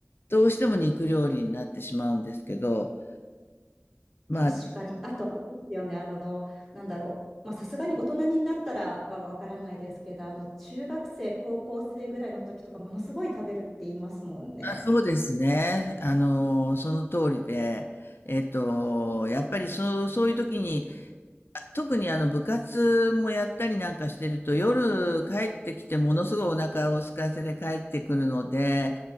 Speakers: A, on the left; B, in the centre.
A: どうしても肉料理になってしまうんですけど、まあ、
B: 確かに。あと、あれですよね、あの、なんだろう。まあ、さすがに大人になったらはわからないですけど、あの、中学生、高校生ぐらいの時とか、ものすごい食べるって言いますもんね。
A: そうですね。あの、その通りで、えっと、やっぱりそう、そういう時に特にあの部活もやったりなんかしてると夜帰ってきてものすごいお腹を空かせて帰ってくるので、